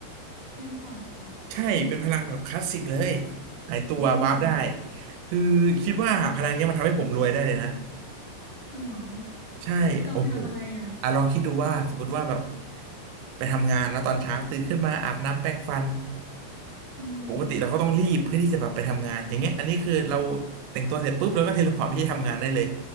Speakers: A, on the left (about 50°); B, on the right (about 85°).
A: เทเลพอร์ตเหรอ
B: ใช่ เป็นพลังแบบคลาสสิกเลยหายตัววาร์ปได้
A: อืม
B: คือคิดว่าพลังเนี้ยมันทำให้ผมรวยได้เลยนะ
A: จริงเหรอ
B: ใช่โอ้โห
A: จะเอาไปทำอะไรอ่ะ
B: อ่ะลองคิดดูว่าสมมติว่าแบบไปทำงานแล้วตอนเช้าตื่นขึ้นมาอาบน้ำแปรงฟัน
A: อืม
B: ปกติเราก็ต้องรีบเพื่อที่จะแบบไปทำงานอย่างเงี้ยอันนี้คือเราแต่งตัวเสร็จปุ๊บเราก็เทเลพอร์ตไปที่ทำงานได้เลย